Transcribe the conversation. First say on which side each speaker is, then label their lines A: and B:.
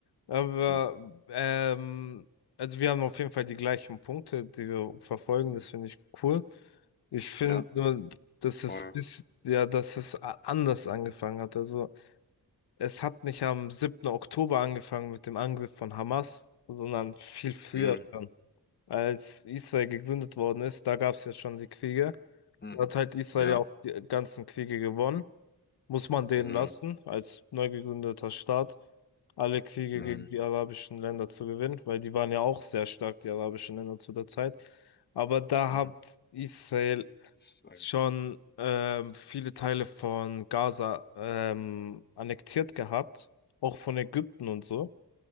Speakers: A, on the left (about 75°); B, on the left (about 25°).
A: aber
B: Hm,
A: ähm, also wir haben auf jeden Fall die gleichen Punkte, die wir verfolgen.
B: hm,
A: Das finde ich cool. Ich finde
B: Ja,
A: nur, dass es
B: voll.
A: bis, ja, dass es a- anders angefangen hat. Also es hat nicht am siebten Oktober angefangen mit dem Angriff von Hamas, sondern viel früher
B: Hm,
A: schon. als Israel gegründet worden ist, da gab es ja schon die Kriege.
B: hm,
A: Da hat halt Israel
B: Ja.
A: ja auch die ganzen Kriege gewonnen. Muss man denen
B: hm,
A: lassen, als neu gegründeter Staat, alle Kriege
B: hm,
A: gegen die arabischen Länder zu gewinnen, weil die waren ja auch sehr stark, die arabischen Länder zu der Zeit. Aber da
B: hm.
A: hat Israel
B: Das war,
A: schon ähm, viele Teile von Gaza ähm, annektiert gehabt, auch von Ägypten und so.